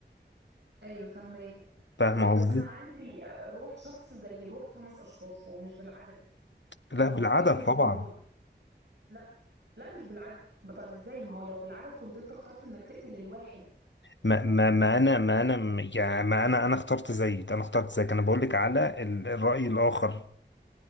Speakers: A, on the right; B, on the left.
A: ايوه فاهماك
B: فاهم
A: لا بس
B: قصدي؟
A: انا عندي روح شخص زي روح خمس اشخاص هو مش بالعدد
B: لا
A: هو
B: بالعدد
A: فكرة
B: طبعا
A: الموت لا لا مش بالعدد ما طب ازاي ما هو لو بالعدد كنت انت اخترت انك تقتل الواحد
B: ما ما ما أنا ما أنا م- يعني ما أنا أنا اخترت زيك أنا اخترت زيك أنا بقول لك على ال- الرأي الآخر